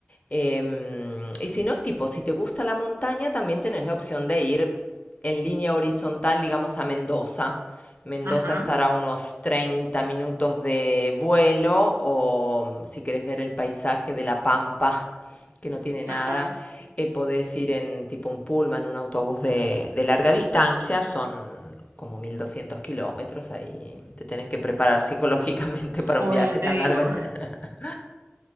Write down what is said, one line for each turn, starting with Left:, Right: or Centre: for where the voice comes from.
Left: Em, y si no, tipo, si te gusta la montaña, también tenés la opción de ir en línea horizontal, digamos, a Mendoza. Mendoza
Right: Ajá,
Left: estará a unos 30 minutos de vuelo o si querés ver el paisaje de La Pampa, <laughs> que no tiene nada,
Right: ajá.
Left: eh, podés ir en tipo un pullman, un autobús de, de larga distancia, son como 1200 kilómetros, ahí te tenés que preparar <laughs> psicológicamente
Right: Joder,
Left: para un viaje
Right: ya te
Left: tan
Right: digo.
Left: largo, <laughs>